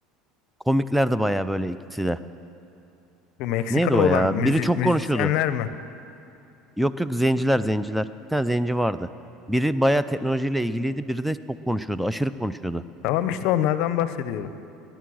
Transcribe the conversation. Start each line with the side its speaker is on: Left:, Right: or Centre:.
Centre: Komiklerdi bayağı böyle ikisi de.
Left: Bu Meksikalı
Centre: Neydi o
Left: olan
Centre: ya?
Left: müzi
Centre: Biri çok
Left: müzisyenler
Centre: konuşuyordu.
Left: mi?
Centre: Yok yok zenciler zenciler. Bir tane zenci vardı. Biri bayağı teknolojiyle ilgiliydi. Biri de çok konuşuyordu. Aşırı konuşuyordu.
Left: Tamam işte onlardan bahsediyorum.